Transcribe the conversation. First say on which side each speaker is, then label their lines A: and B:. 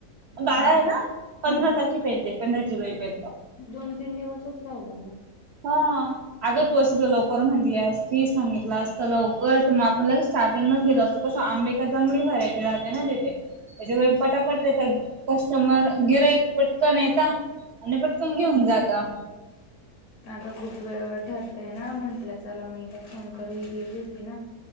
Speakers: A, on the right; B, on the left.
A: बारा
B: हम्म
A: आहे ना. पंधरा
B: हम्म
A: तारखेपर्यंत, पंधरा जुलैपर्यंत
B: दोन तीन दिवसच राहिले म.
A: हा, अगं तू असं ज लवकर म्हटली असती, सांगितलं असत लवकर, त मग आपण लगेच साथेंग नच गेलो असतोस आंबे का जांंगली भरायट राहते ना तिथे त्याच्यामुळे पटापटता कस्टमर गिरायक पटकन येत आणि पटकन घेऊन जाता.
B: <unintelligible> नाग खूप वेळ ठरतय ना म्हंटलं चला मगला फोन करू ही गेली होती ना.